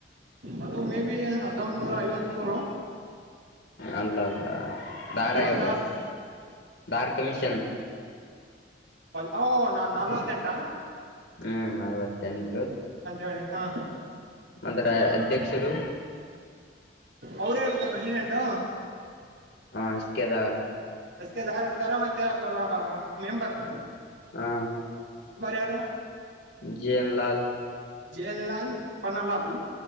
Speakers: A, on the right; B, on the left.
A: ಅದು ಮೇಬಿ ಹದೊನೂರ ಐವತ್ ಮೂರು
B: ಅಲ್ಲಲ್ಲ ದಾರ
A: ಐವತ್ತಾರು
B: ಆಯೋಗ ದಾರ್ ಕಮಿಷನ್
A: ಹು ನಾಲ್ವತ್ತೆಂಟ
B: ಹ್ಮ್ ನಾಲವ್ವತೆಂಟು
A: ಹೇಳಿ ಹಾ
B: ಅದರ ಅಧ್ಯಕ್ಷರು
A: ಅವ್ರ ಯಾರತ್ತ ಪ್ರೆಸಿಡೆಂಟು
B: ಹ ಎಸ್ ಕೇದಾರ್
A: ಬಸಗೆದಾರಿ ಇರ್ತಾರ ಮತ್ತೆ ಅದ್ರ ಮೆಂಬರು
B: ಹಾ
A: ಮೆಂಬರ್ ಯಾರು
B: ಜೇನ್ ಲಾಲ್
A: ಜೇನ್ ಲಾಲ್ ಪನಲಾಲ್